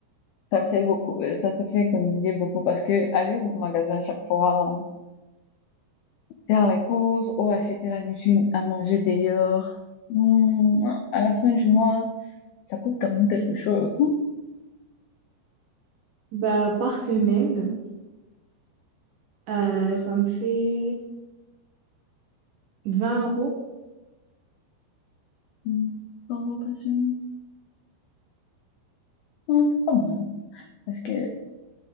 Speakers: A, on the left; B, on the right.
A: ça fait beaucoup, euh, ça te fait économiser beaucoup parce que aller au magasin chaque fois. faire les courses ou acheter la nuisine à manger dehors. Hmm, à la fin du mois, ça coûte quand même quelque chose.
B: Bah, par semaine, euh, ça me fait 20 euros.
A: Hmm, Bon, repassion. Non, c'est pas mal. Parce que,